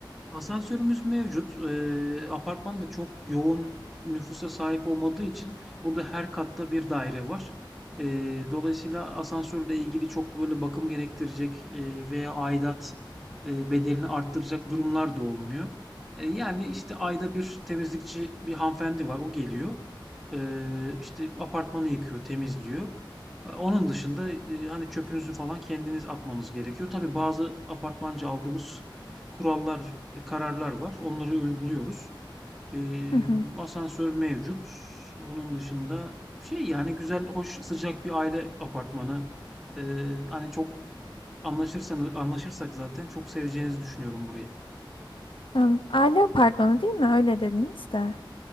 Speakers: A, in the centre; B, on the left.
A: Asansörümüz mevcut. Eee, apartman da çok yoğun nüfusa sahip olmadığı için burada her katta bir daire var. Eee, dolayısıyla asansörle ilgili çok böyle bakım gerektirecek eee, veya aidat eee, bedelini arttıracak durumlar da olmuyor. Eee, yani işte ayda bir temizlikçi bir hanımefendi var, o geliyor. Eee işte apartmanı yıkıyor, temizliyor. E, Onun dışında e, hani çöpünüzü falan kendiniz atmanız gerekiyor. Tabii bazı apartmanca aldığımız kurallar e, kararlar var. Onları uyguluyoruz. E,
B: Hı hı.
A: asansör mevcut. Onun dışında şey yani güzel, hoş, sıcak bir aile apartmanı. E, hani çok anlaşırsanız anlaşırsak zaten çok seveceğinizi düşünüyorum burayı.
B: Tamam. Aile apartmanı değil mi? Öyle dediniz de.